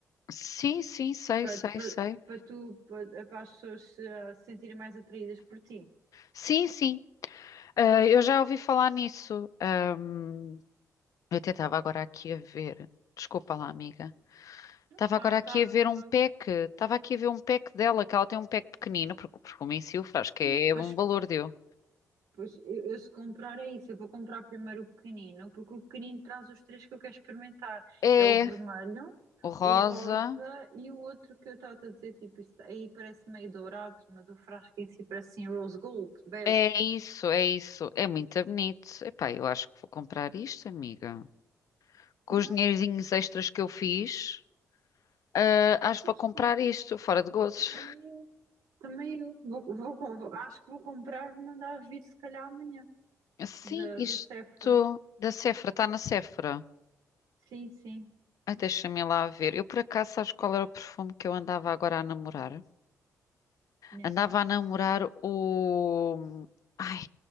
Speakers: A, on the left (about 60°); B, on the right (about 85°).
A: Sim, sim, sei,
B: para,
A: sei,
B: para,
A: sei.
B: para tu, para, para as pessoas se ah, se sentirem mais atraídas por ti.
A: Sim, sim. Ah, eu já ouvi falar nisso. Ahm, eu até estava agora aqui a ver. Desculpa lá, amiga.
B: Não,
A: Estava
B: está
A: agora
B: tá, tá
A: aqui
B: à
A: a
B: vontade.
A: ver um pack. Estava aqui a ver um pack dela, que ela tem um pack pequenino, porque, porque o Mincilfra,
B: Sim,
A: acho que é
B: pois,
A: um balúrdio.
B: pois eu, eu se comprar é isso, eu vou comprar primeiro o pequenino, porque o pequenino traz os três que eu quero experimentar.
A: É,
B: É o vermelho,
A: o rosa.
B: o rosa e o outro que eu estava a dizer, tipo, isso aí parece meio dourado, mas o frasco em si parece assim rose gold, bege.
A: É isso, é isso. É muito bonito. Epá, eu acho que vou comprar isto, amiga. Com
B: Não,
A: os dinheirinhos extras que eu fiz, ah, acho que
B: mas
A: vou comprar
B: pá,
A: isto, fora de gozos.
B: também eu, também eu. Vou, vou, com- vou- acho que vou comprar, vou mandar vir se calhar amanhã,
A: Sim,
B: da,
A: isto
B: da Sephora.
A: da Sephora, está na Sephora.
B: Sim, sim.
A: Ai, deixa-me lá ver. Eu por acaso, sabes qual era o perfume que eu andava agora a namorar? Andava
B: Então.
A: a namorar o. Ai,